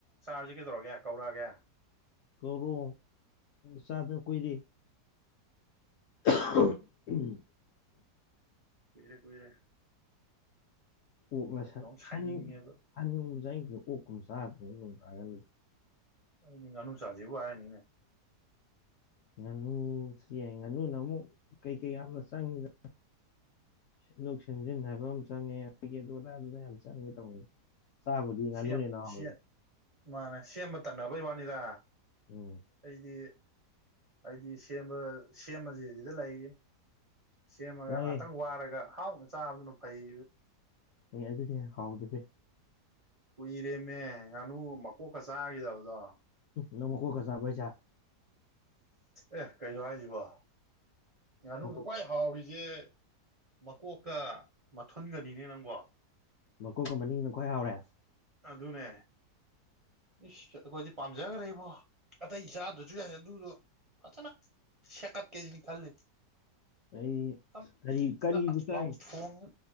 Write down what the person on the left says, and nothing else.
ꯀꯧꯔꯣ ꯆꯥꯗ ꯀꯨꯏꯔꯦ ꯎꯝ
ꯑꯣꯛꯂ ꯁꯟ
ꯁꯟ ꯁꯟꯒꯨꯝꯕꯁꯤꯗꯤ ꯆꯥꯅꯤꯡꯗꯦ ꯑꯣꯛꯀꯨꯝꯕ ꯆꯥꯒꯗꯕꯅꯤ ꯅꯣꯡ ꯇꯥꯔꯀꯥꯟꯗꯗꯤ
ꯉꯥꯅꯨꯁꯨ ꯌꯥꯏ ꯉꯥꯅꯨꯅ ꯑꯃꯨꯛ ꯀꯩꯀꯩ ꯌꯥꯝꯅ ꯆꯪꯉꯤꯗ <unintelligible> ꯍꯥꯏꯕ ꯑꯃ ꯆꯪꯉꯦ ꯀꯩꯀꯥ ꯑꯗꯨ ꯑꯗꯥ ꯌꯥꯝ ꯆꯪꯉꯦ ꯇꯧꯕꯅꯤ ꯆꯥꯕꯗꯤ ꯉꯥꯅꯨꯅ
ꯍꯦꯟꯅ ꯍꯥꯎꯕꯅꯦ
ꯎꯝ
ꯌꯥꯏꯌꯦ
ꯑꯦ ꯑꯗꯨꯅ ꯍꯦꯟꯅ ꯍꯥꯎꯕꯅꯦ
ꯅꯪ ꯃꯀꯣꯛꯀ ꯆꯥꯕ꯭ꯔ ꯍꯥꯢꯁꯦ
ꯃꯀꯣꯛ
ꯃꯀꯣꯛꯀ ꯃꯅꯤꯡꯅ ꯈ꯭ꯋꯥ ꯍꯥꯎꯔꯦ
ꯑꯩ
ꯀꯔꯤ ꯀꯔꯤꯕꯨ
ꯆꯥꯏꯅꯣ